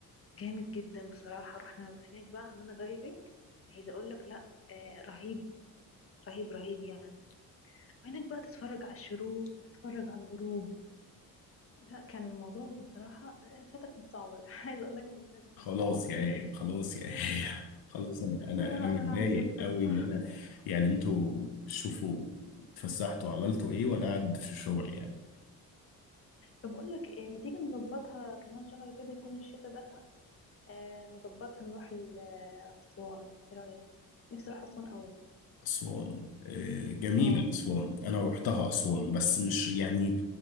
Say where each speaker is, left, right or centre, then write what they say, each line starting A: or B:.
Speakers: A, on the left (about 35°); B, on the left (about 75°).
A: جامد جدا بصراحة رحنا هناك بقى عملنا دايفنج عايزة اقول لك لا آه رهيب رهيب رهيب يعني وهناك بقى تتفرج على الشروق تتفرج على الغروب لا كان الموضوع بصراحة آه، فاتك نص عمرك <laughs> عايزة اقول لك ان فاتك
B: خلاص
A: نص عمرك
B: يا
A: بجد
B: آية خلاص يا آية خلاص انا انا
A: آه
B: انا متضايق
A: انا عذبتك
B: قوي
A: صح
B: ان انا يعني انتوا شوفوا اتفسحتوا عملتوا ايه وانا قاعد في شغل يعني
A: طب اقول لك إيه ما تيجي نظبطها كمان شهر كده يكون الشتاء دخل آه نظبطها نروح ال- آه، أسوان ايه رأيك نفسي اروح أسوان قوي
B: اسوان آه، جميله
A: اه
B: اسوان انا روحتها اسوان بس مش يعني